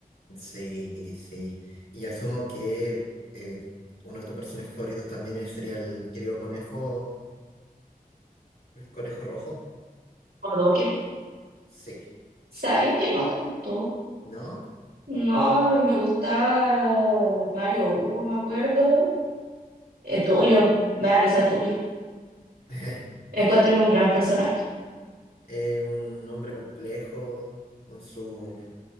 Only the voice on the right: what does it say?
O Docker.
Sabéis que no tanto.
No, me gustaba Mario Hugo, me acuerdo. Eh, Tulio, me da risa Tulio.
Me encuentro con un gran personaje.